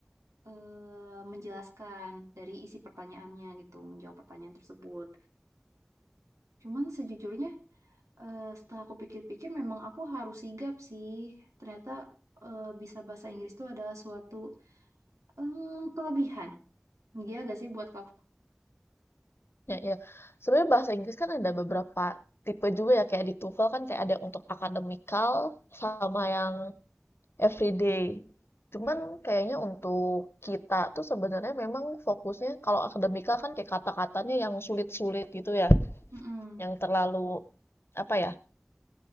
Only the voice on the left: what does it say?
Ya, ya. Sebenarnya bahasa Inggris kan ada beberapa tipe juga ya kayak di TOEFL kan kayak ada yang untuk akademikal sama yang everyday. Cuman
kayaknya untuk kita tuh sebenarnya memang fokusnya kalau akademikal kan kayak kata-katanya yang sulit-sulit gitu ya,
yang terlalu apa ya?